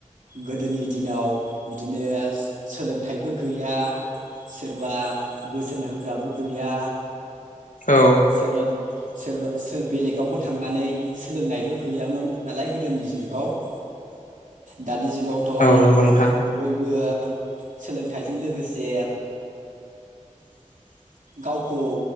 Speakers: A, on the right; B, on the left.
A: गोदोनि दिनाव बिदिनो सोलोंथाइबो गैया सोर बा बोसोन होग्राबो गैया
B: औ
A: सोरबा सोरबा सो बेलेगावबो थांनानै सोलोंनायबो गैयामोन नालाय गोदोनि जुगाव ।
B: <inaudible>
A: दानि जुगावथन
B: औ नंगौ नोंथां
A: बयबो सोलोंथाइजों लोगोसे
B: <inaudible>
A: गावखौ